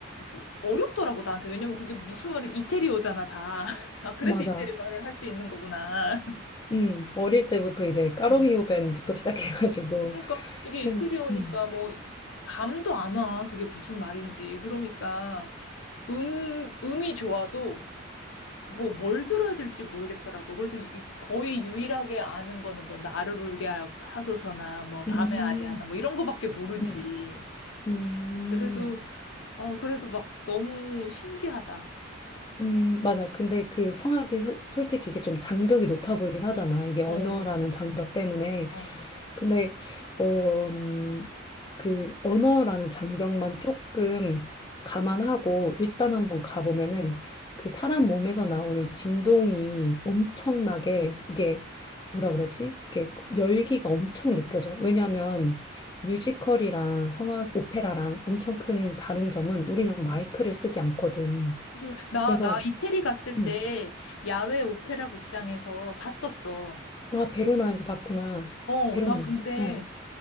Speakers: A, on the left; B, on the left.
A: 그 어렵더라고 나한테 왜냐면 그게 무슨 말이 이태리어잖아 다. <laughs> 아 그래서
B: 맞아.
A: 이태리 말을 할 수 있는 거구나. <laughs>
B: 음, 어릴 때부터 이제 까로미오
A: 어,
B: 밴부터 시작해가지고
A: 어. 그러니까 이게
B: 그래서
A: 이태리어니까
B: 음,
A: 뭐 감도 안 와. 그게 무슨 말인지. 그러니까 음 음이 좋아도 뭐 뭘 들어야 될지 모르겠더라고. 그래서 유- 거의 유일하게 아는 거는 뭐 나를 울게 하- 하소서나 뭐 밤의
B: 음,
A: 아리아나 뭐 이런 거밖에 모르지.
B: 음, 음.
A: 그래도 음. 어 그래도 막 너무 신기하다.
B: 음, 맞아. 근데 그 성악이 소- 솔직히 이게 좀 장벽이 높아 보이긴 하잖아. 이게 언어라는
A: 어,
B: 장벽 때문에.
A: 어.
B: 근데, 어, 음, 그 언어라는 장벽만 조금 감안하고 일단 한번 가보면은 그 사람 몸에서 나오는 진동이 엄청나게 이게 뭐라 그러지? 이게 열기가 엄청 느껴져. 왜냐하면 뮤지컬이랑 성악, 오페라랑 엄청 큰 다른 점은 우리는 마이크를 쓰지 않거든.
A: 그리고 나,
B: 그래서
A: 나 이태리 갔을
B: 응.
A: 때 야외 오페라 극장에서 봤었어.
B: 아, 베로나에서 봤구나.
A: 어,
B: 베로나
A: 나 근데
B: 맞나? 어.